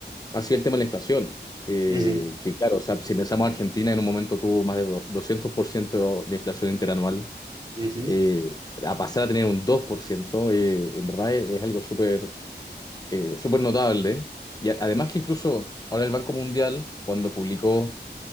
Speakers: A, on the left; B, on the right.
A: Ha sido el tema de la inflación, eh,
B: Uh -huh,
A: que claro, o sea, si pensamos Argentina, en un momento tuvo más de dos- 200% de inflación interanual,
B: uh -huh.
A: eh, a pasar a tener un 2%, eh, en verdad es, es algo súper eh, súper notable. Y a- además que incluso ahora el Banco Mundial, cuando publicó